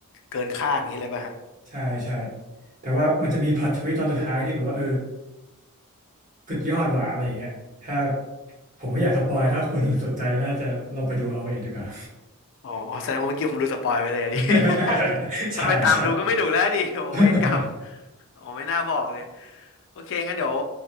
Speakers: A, on the left (about 60°); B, on the right (about 35°).
A: เกินคาดอย่างนี้เลยป่ะฮะ
B: ใช่ใช่แต่ว่ามันจะมีพล็อตทวิตตอนสุดท้ายที่แบบว่าเออ
A: อม
B: สุดยอดหวาอะไรอย่างเงี้ยถ้าผมไม่อยากสปอยถ้าคุณสนใจน่าจะลองไปดูเอาเองดีกว่า
A: อ๋ออ๋อแสดงว่าเมื่อกี้ผมดูสปอยไปเลยอะดิ
B: <laughs>
A: <laughs>
B: ใช่ใช่
A: ถ้าไปตามดูก็ไม่หนุกแล้วดิโอ้เวรกรรม
B: <laughs>
A: โอ้ไม่น่าบอกเลยโอเคงั้นเดี๋ยว